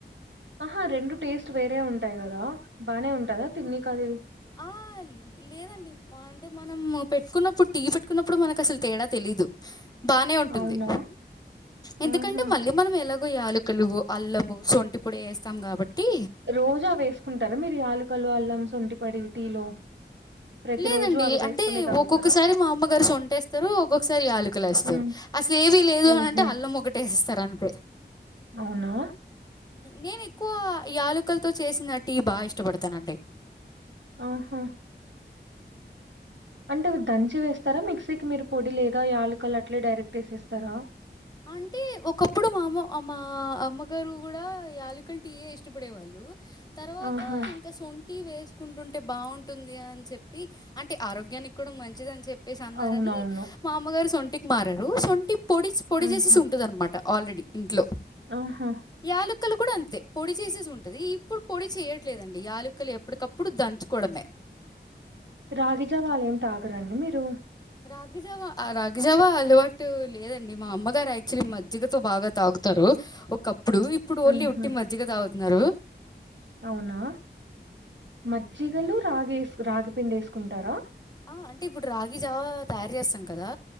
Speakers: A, on the right (about 80°); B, on the left (about 20°).
A: ఆహా రెండు టేస్ట్ వేరే ఉంటాయి కదా బానే ఉంటదా తిన్నికి అది.
B: ఆ లేదన్. అంటే మనం పెట్టుకున్నప్పుడు టీ పెట్టుకున్నప్పుడు మనకు అసలు తేడా తెలిదు. బానే ఉంటుంది
A: అవునా?
B: ఎందుకంటే
A: ఆహా!
B: మళ్ళీ. మనం ఎలాగో యలుకలు అల్లము సొంటిపొడి ఏస్తాం కాబట్టి.
A: రోజు అవి వేసుకుంటారు మీరు యాలకలు అల్లం సొంటిపడి టీలో. ప్రతిరోజు
B: లేదండి
A: అది వేసుకుని
B: అంటే
A: తాగుతారా?
B: ఒక్కొక్కసారి మా అమ్మగారు సొంటేస్తారు ఒక్కొక్కసారి యాలుకలేస్తారు.
A: హ్మ్.
B: అసలు ఏవీ లేదు
A: ఓహో!
B: అనంటే అల్లం ఒకటేస్తరు అంతే.
A: అవునా.
B: నేను ఎక్కువ ఈ యలుకలతో చేసిన టీ బా ఇష్టపడతానండి.
A: ఆహా. అంటే మీరు దంచి వేస్తరా మిక్సీకి మీరు పొడి లేదా యలుకలు అట్లా డైరెక్ట్ వేసేస్తరా.
B: అంటే ఒకప్పుడు మా అమ్మ మా మా అమ్మగారు కూడా యాలికలు టీయే ఇష్టపడేవాళ్. లు తర్వాత
A: ఆహా!
B: ఇంక్. సొంటి వేసుకుంటుంటే బాగుంటుంది అని చెప్పి అంటే ఆరోగ్యానికి కూడా మంచిది అని చెప్. వేసి అన్నారని
A: అవునవును.
B: మా అమ్మగారు సొంటికి మారారు సొంటికి పొడిస్ పొడి
A: హుహు.
B: చేేసిసుంటదన్నమాట. ఆల్రెడీ ఇంట్లో.
A: ఆహా.
B: యాలక్కలు కూడా అంతే పొడి చేసేసి ఉంటది ఇప్పుడు పొడి చేయట్లేదండి యాలు. క్కలు ఎప్పటికప్పుడు దంచుకోవడమే.
A: రాగిజావ అల ఏం తాగరండి మీరు.
B: రాగిజావ. రాగజావ అలవాటు లేదండి మా అమ్మగారు యాక్చువలీ మజ్జిగతో బాగా తాగుతారు. ఒకప్పుడు ఇప్పుడు
A: హుహు.
B: ఓన్లీ ఉట్టి మజ్జిగ తాగుతున్నారు.
A: అవునా మజ్జిగలు రాగ ఎసు రాగిపిండి వేసుకుంటారా.
B: ఆ అంటే ఇప్పుడు రాగి జావా తయారు చేస్తాం కదా